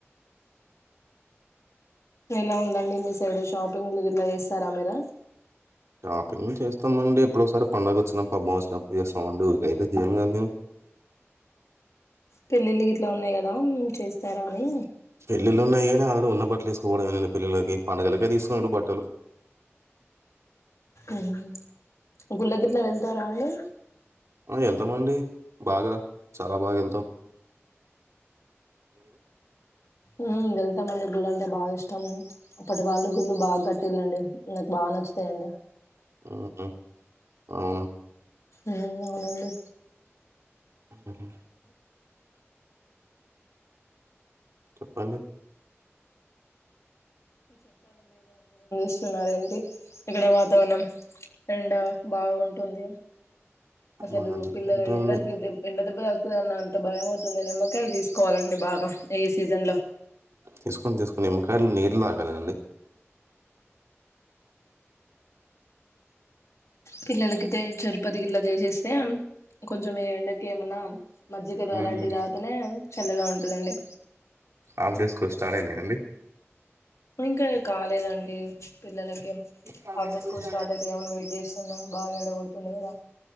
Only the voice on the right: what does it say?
షాపింగ్ చేస్తామండి. ఎప్పుడోసారి పండగ వచ్చినప్పుడు పబ్బం వచ్చినప్పుడు చేస్తామండి. ఊరికైతే చేయము కద మేము.
పెళ్ళిళ్ళు ఉన్నాయి గానీ, ఆల్రెడీ ఉన్న బట్టలు తీసుకోవడంమేండి పిల్లలకి పండగలకే తీస్తున్నాడు బట్టలు
వెళ్తామ అండి బాగా చాలా బాగా వెళ్తాం
ఊహు అవును
హుహు. చెప్పండి
బానే
ఉంటుంది.
తీసుకొన్ తీసుకొని నిమ్మకాయలు నీళ్ తాగాలినండి
హ్మ్.
ఆఫ్ డే స్కూల్ స్టార్ట్ అయినాయిండి
half day schools